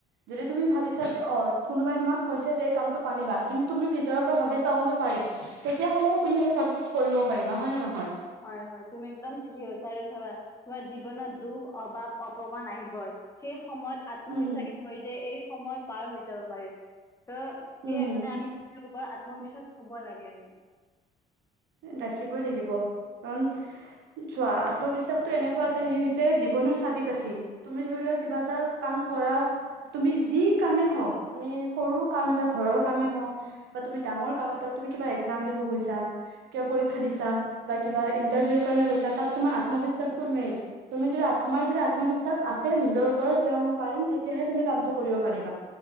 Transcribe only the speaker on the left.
হয় হয় তুমি একদম ঠিকে কৈছা আৰু চাবা তোমাৰ জীৱনত দুখ, অভাৱ, অপ মান আহিবই, সেই সময়ত আত্মবিশ্বাসে
হৈ যে এই সময় পাৰ হৈ যাব পাৰে। ত' সেই
সেইকাৰণে
আমি লোকৰ আত্মবিশ্বাস থ'ব লাগে আৰু।
হয়।